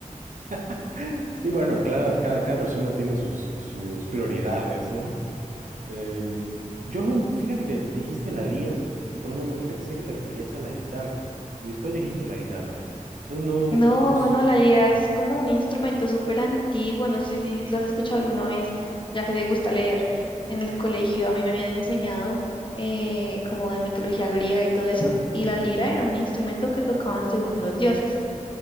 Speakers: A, on the right; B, on the left.
A: <laughs> Sí, bueno, claro, cada, cada persona tiene sus, sus prioridades, ¿no? Em, yo no, fíjate que dijiste la lira y por un momento pensé que te referías a la guitarra y después dijiste la guitarra. Entonces no,
B: No,
A: no es...
B: no, la lira es como un instrumento súper antiguo, no sé si lo has escuchado alguna vez, ya que te gusta leer. En el colegio a mí me habían enseñado eh, como de mitología griega y todo eso, y
A: mm,
B: la lira era un instrumento que tocaban según los dioses.